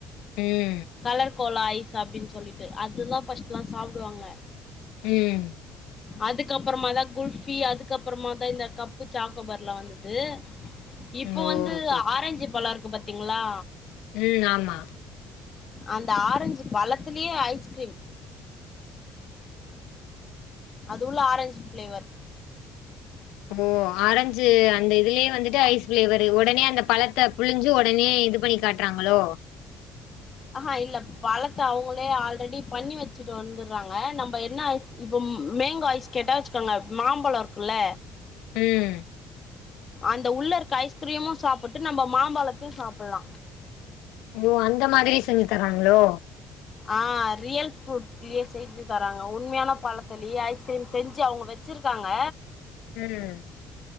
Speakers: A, on the left; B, on the left.
A: உம்
B: கலர் கோலா ஐஸ் அப்டின் சொல்லிட்டு அதுதா ஃபர்ஸ்ட் எல்லா சாப்டுவாங்க
A: உம்
B: அதுக்கப்றமா தா குல்ஃபி அதுக்கப்றமா தா இந்த கப்பு ஜாக்கோபார்லா வந்தது இப்ப
A: ஓ
B: வந்து
A: ஓகே
B: ஆரஞ்சு பழம் இருக்கு பாத்தீங்களா
A: உம் ஆமா
B: அந்த ஆரஞ்சு பழத்திலயே ஐஸ்கிரீம் அது உள்ள ஆரஞ்சு ஃபிளேவர்
A: ஓ ஆரஞ்சு அந்த இதுலேயே வந்துட்டு ஐஸ் ஃபிளேவரு உடனே அந்த பழத்தை புழிஞ்சு உட பண்ணி இது பண்ணி காட்றாங்களோ
B: அஹா இல்ல பழத்த அவுங்களே ஆல்ரெடி பண்ணி வச்சிட்டு வந்துர்றாங்க நம்ப என்னா ஐஃப் இப்பொம் மேங்கோ ஐஸ் கேட்டா அச்சுக்கங்க மாம்பழ இருக்குல்ல
A: ம்
B: அந்த உள்ள இருக்க ஐஸ்க்ரீமு சாப்பிட்டு நம்ம மாம்பழத்தையு சாப்பல்லா
A: மோ அந்த மாதிரி செஞ்சி தராங்ளோ
B: ஆ ரியல் ஃப்ரூட் இல்யே செய்து தராங்க உண்மையான பாலத்தளி ஐஸ்க்ரீம் செஞ்சி அவங்க வெச்சிருக்காங்க
A: ம்